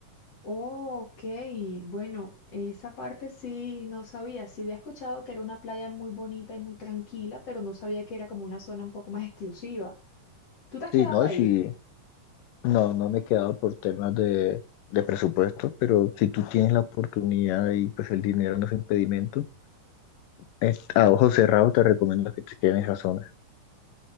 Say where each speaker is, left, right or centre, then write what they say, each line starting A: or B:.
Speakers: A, on the left; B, on the left.
A: Oh, ok, bueno, esa parte sí no sabía. Sí había escuchado que era una playa muy bonita y muy tranquila, pero no sabía que era como una zona un poco más exclusiva. ¿Tú te has quedado
B: Sí, no,
A: ahí?
B: sí, no, no me he quedado por temas de, de presupuesto, pero si tú tienes la oportunidad y pues el dinero no es impedimento, eh, a ojos cerrados te recomiendo que te quedes en esa zona.